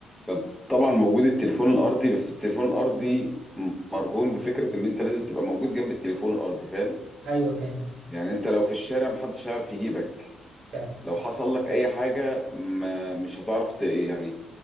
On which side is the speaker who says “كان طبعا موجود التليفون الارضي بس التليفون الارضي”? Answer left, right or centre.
Centre